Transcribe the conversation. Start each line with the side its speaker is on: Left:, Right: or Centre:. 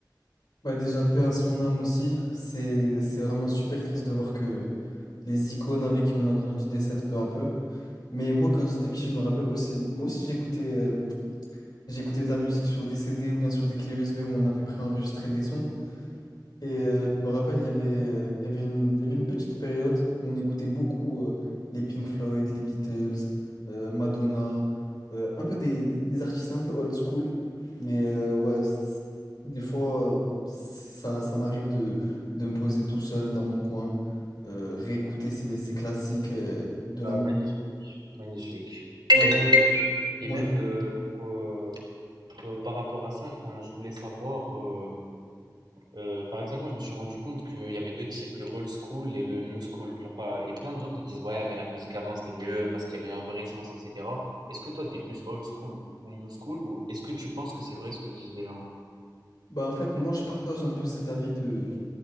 Left: Bah, déjà, paix à son âme aussi. C'est, c'est vraiment super triste de voir que les icônes avec qui on a grandi décèdent peu à peu. Mais moi, quand j'étais petit, je me rappelle aussi, moi aussi, j'écoutais euh, j'écoutais de la musique sur des CD ou bien sur des clés USB où on avait préenregistré des sons. Et euh,
Right: Mhm.
Left: je me rappelle, il y avait, euh, il y avait une, il y avait une petite période où on écoutait beaucoup euh, les Pink Floyd, les Beatles, euh, Madonna, euh, un peu des, des- des artistes un peu old school. Mais euh, ouais, c- des fois, euh, ça, ça m'arrive de, de me poser tout seul dans mon coin, euh, réécouter ces, ces classiques euh, de
Right: Ah,
Left: la musique.
Right: magnifique, magnifique.
Left: Bon,
Right: Et,
Left: bon,
Right: et même, euh, Euh, par rapport à ça, enfin, je voulais savoir, euh, euh, par exemple, moi je me suis rendu compte qu'il y avait deux types, le old school et le new school. Genre, pas- et plein de gens te disent, ouais, mais la musique avant c'était mieux parce qu'il y avait un vrai sens, etc. Est-ce que toi t'es plus old school ou new school ou est-ce que tu penses que c'est vrai ce que disent les gens?
Left: Bah en fait, moi, je partage un peu cet avis de